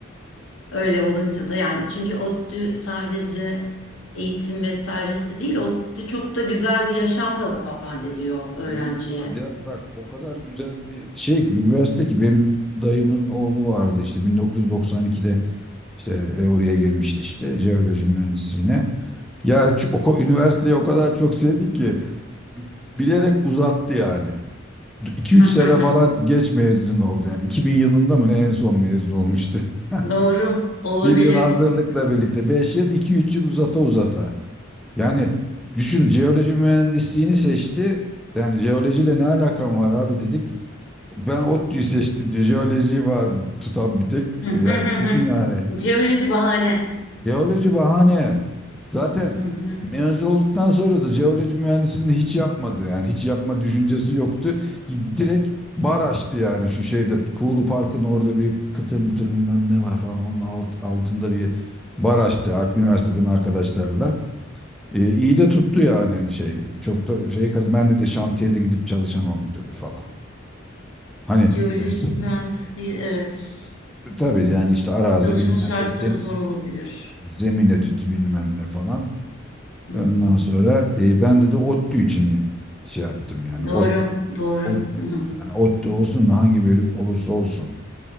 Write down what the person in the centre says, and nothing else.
İnanılmaz ya. Bak o kadar güzel bir şey ki üniversite ki benim dayımın oğlu vardı işte 1992'de İşte e, oraya girmişti işte jeoloji mühendisliğine. Ya ç- o, ko- üniversiteyi o kadar çok sevdi ki bilerek uzattı yani. 2 üç
sene falan geç mezun oldu yani. 2000 yılında mı ne en son mezun olmuştu. <laughs>
Bir yıl hazırlıkla birlikte beş yıl iki üç yıl uzata uzata. Yani düşün jeoloji mühendisliğini seçti. Yani jeolojiyle ne alakam var abi dedik. Ben ODTÜ'yü seçtim diye jeolojiyi vardı tutan bir tek.
Yani düşün yani
Jeoloji bahane. Zaten
mezun olduktan sonra da jeoloji mühendisliğini hiç yapmadı. Yani hiç yapma düşüncesi yoktu. Direkt bar açtı yani şu şeyde. Kuğulu Park'ın orada bir kıtır mıtır bilmem ne var falan. Onun alt, altında bir bar açtı ar- üniversiteden arkadaşlarla. Ee, iyi de tuttu yani şey. Çok da şey kaz ben dedi şantiyede gidip çalışamam dedi falan. Hani
e, s-
tabii yani işte arazi
bilmem
ne zem,
zemin etüdü bilmem ne falan.
Ondan
sonra e, ben de de ODTÜ için şey yaptım yani.
Ot,
ot,
yani ODTÜ olsun da hangi bölüm olursa olsun.